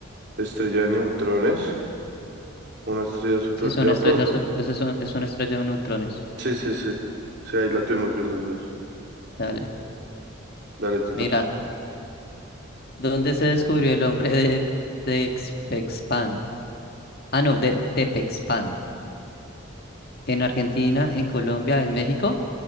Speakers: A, on the right; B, on the left.
A: estrella de neutrones, una estrella super,
B: Sí, es una
A: ya por,
B: estrella, so- es, es una es una estrella de neutrones.
A: sí, sí, sí, sí, ahí la tuvimos bien los dos.
B: Dale.
A: Dale, te
B: Mira,
A: toca.
B: ¿dónde se descubrió el hombre de Texpexpan? Ah, no, de Tepexpan. En Argentina, en Colombia, en México,